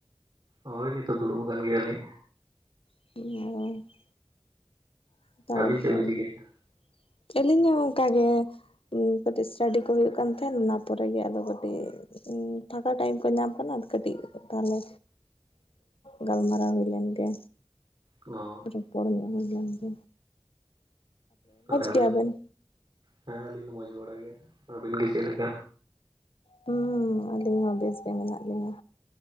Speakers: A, on the right; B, on the left.
A: ᱦᱳᱭ ᱱᱤᱛᱳᱜ ᱫᱩᱲᱩᱵ ᱟᱠᱟᱱ ᱜᱮᱭᱟᱞᱤᱧ᱾
B: <unintelligible> <unintelligible>
A: ᱟᱹᱵᱤᱱ ᱪᱮᱫ ᱵᱤᱱ ᱪᱤᱠᱟᱹᱭᱮᱫᱼᱟ
B: ᱟᱹᱞᱤᱧ ᱦᱚᱸ ᱚᱱᱠᱟ ᱜᱮ ᱠᱟᱹᱴᱤᱡ ᱥᱴᱟᱰᱤ ᱠᱚ ᱦᱩᱭᱩᱜ ᱠᱟᱱ ᱛᱟᱦᱮᱸᱱ ᱚᱱᱟ ᱯᱚᱨᱮᱜᱮ ᱟᱫᱚ ᱠᱟᱹᱴᱤᱡ ᱯᱷᱟᱠᱟ ᱴᱟᱭᱤᱢ ᱠᱚ ᱧᱟᱢ ᱠᱟᱱᱟ ᱠᱟᱹᱴᱤᱡ ᱛᱟᱦᱞᱮ ᱜᱟᱞᱢᱟᱨᱟᱣ ᱦᱩᱭ ᱞᱮᱱ ᱜᱮ᱾
A: ᱚᱸ᱾
B: ᱨᱚᱯᱚᱲ ᱦᱩᱭᱩᱜ -ᱟ ᱢᱟᱡᱟᱱᱜᱮ
A: ᱛᱟᱦᱚᱞᱮ ᱟᱵᱮᱱ
B: ᱜᱮᱭᱟᱵᱮᱱ
A: ᱦᱮᱸ ᱟᱹᱞᱤᱧ ᱫᱚ ᱢᱚᱡᱽ ᱵᱟᱲᱟ ᱜᱮ ᱟᱹᱵᱤᱱ ᱜᱮ ᱪᱮᱫ ᱞᱮᱠᱟ?
B: ᱦᱩᱸ ᱟᱹᱞᱤᱧ ᱦᱚᱸ ᱵᱮᱥ ᱜᱮ ᱢᱮᱱᱟᱜ ᱞᱤᱧᱟ᱾